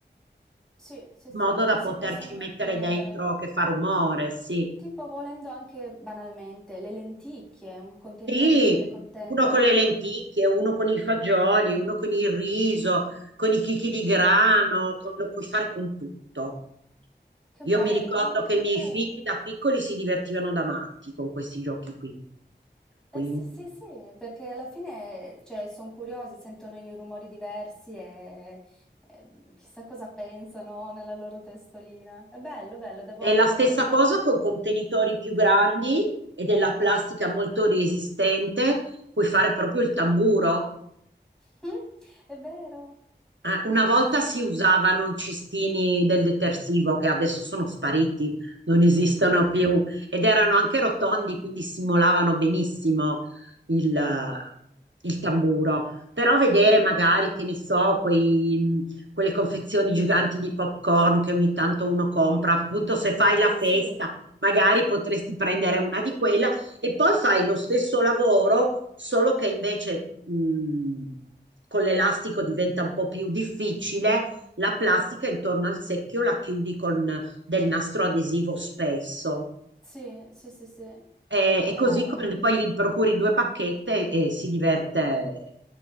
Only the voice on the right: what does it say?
modo
da
poterci
mettere dentro che fa rumore, sì.
Sì,
uno con le lenticchie, uno con i fagioli, uno con il riso, con i chicchi di grano, con- lo puoi fare con tutto.
Io
mi ricordo
che
i miei figli da piccoli si divertivano da matti con questi giochi qui.
Quindi
è la
stessa
cosa con contenitori più grandi e della plastica molto resistente. Puoi fare proprio il tamburo.
Eh, una volta
si usavano i cestini del detersivo che adesso sono spariti, non esistono
più ed erano anche rotondi, quindi simulavano benissimo il, eh, il tamburo. Però vedere magari, che ne so, quei, mh, quelle confezioni giganti di popcorn che ogni tanto uno compra, appunto se fai la festa,
magari potresti prendere una di quelle e poi fai lo stesso lavoro, solo che invece mh, con l'elastico diventa un po' più difficile. La plastica intorno al secchio la chiudi con del nastro adesivo spesso.
E, e così
con- poi gli procuri due bacchette e si diverte